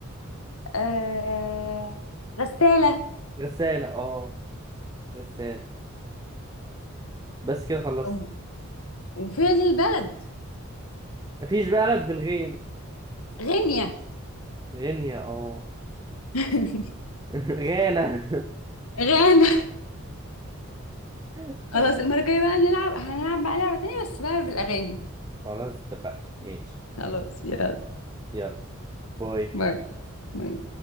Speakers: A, on the left; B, on the right.
A: أه غسالة
B: غسالة اه غسالة بس كده خلصت
A: و- وفين البلد
B: مفيش بلد بالغين
A: غينيا
B: غينيا اه
A: <laughs>
B: <laughs> غانا
A: غانا
B: <laughs>
A: خلاص المرة الجاية بقى نلعب هنلعب بقى لعبة تانية بس بقى بالأغاني
B: خلاص اتفقنا ماشي
A: خلاص يلا
B: يلا باي
A: باي باي